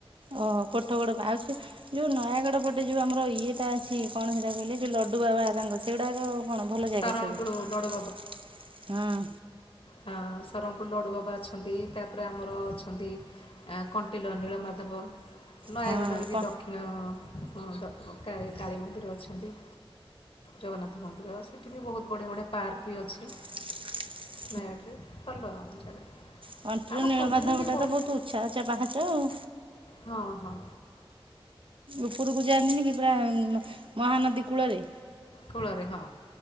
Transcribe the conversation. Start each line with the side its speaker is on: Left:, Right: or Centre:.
Right: ଓ କୋଠ ବଡ଼ ବାଉଛି ଯୋଉ ନୟାଗଡ଼ ପଟେ ଯୋଉ ଆମର ଇଏଟା ଅଛି କଣ ସେଟା କହିଲେ ଲଡୁ ବାବା ତାଙ୍କ ସେଗୁଡାକ କଣ ଭଲ ଜାଗା
Left: ଶରଣକୁଳୁ
Right: ସବୁ
Left: ଲଡ଼ୁ
Right: ହଁ?
Left: ହଁ ସରଙ୍କୁ ଲଡୁ ବାବା ଅଛନ୍ତି ତାପରେ ଆମର ଅଛନ୍ତି। ଆ କଣ୍ଟିଲୋ ନୀଳ ମାଧବ। ନୟାଗଡ଼ରେ
Right: ହଁ
Left: ବି
Right: କ
Left: ଦକ୍ଷିଣ ହଁ କାଳୀମନ୍ଦିର ଅଛନ୍ତି। ଜଗନ୍ନାଥ ମନ୍ଦିର ସେଠି ବି ବହୁତ ବଢ଼ିଆ ବଢିଆ ପାର୍କ ବି ଅଛି।
Right: <inaudible>
Left: ନୟାଗଡ ରେ ଭଲ ଜାଗା।
Right: କଣ୍ଟିଲୋ
Left: ଆମ
Right: ନୀଳମାଧବ
Left: ଖୋର୍ଦ୍ଧାରେ ବି
Right: ଟା ତ ବହୁତ ଉଚ୍ଚା ଉଚ୍ଚା ପାହଚ ଆଉ।
Left: ହଁ ହଁ।
Right: ଉପରକୁ ଯାଆନ୍ତିନି କି ପୁରା ମହାନଦୀ କୂଳରେ।
Left: କୂଳରେ ହଁ।